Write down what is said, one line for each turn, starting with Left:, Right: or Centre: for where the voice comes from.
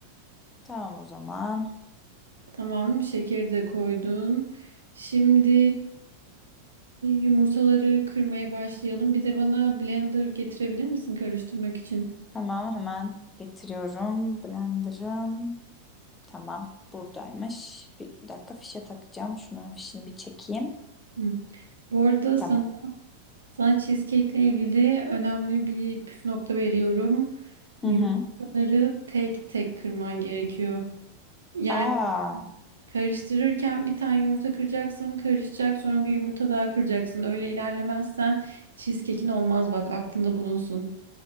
Left: Tamam o zaman.
Right: Tamam, şekeri de koydun. Şimdi yumurtaları kırmaya başlayalım. Bir de bana blender getirebilir misin karıştırmak için?
Left: tamam hemen getiriyorum. Blender'ım. Tamam. Buradaymış. Bir, bir dakika fişe takacağım. Şunların fişini bir çekeyim.
Right: Hı. Bu arada
Left: Tamam.
Right: sana, sana cheesecake'le ilgili önemli bir püf nokta veriyorum.
Left: Hı
Right: Yumurtaları
Left: hı.
Right: tek tek kırman gerekiyor. Yani
Left: Aa,
Right: karıştırırken bir tane yumurta kıracaksın, karışacak sonra bir yumurta daha kıracaksın. Öyle ilerlemezsen cheesecake'in olmaz bak aklında bulunsun.